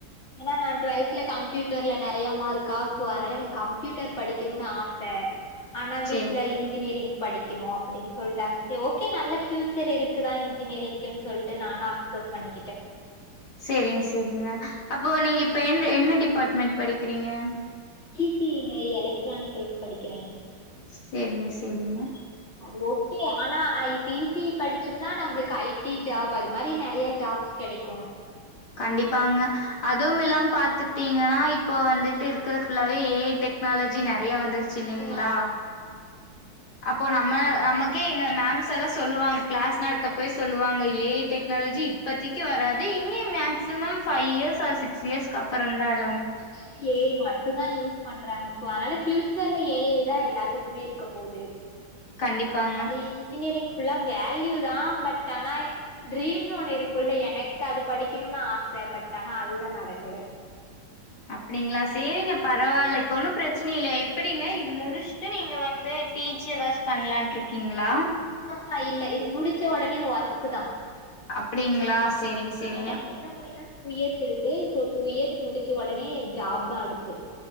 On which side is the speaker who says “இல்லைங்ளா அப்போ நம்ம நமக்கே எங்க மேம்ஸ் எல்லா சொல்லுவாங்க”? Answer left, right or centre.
Left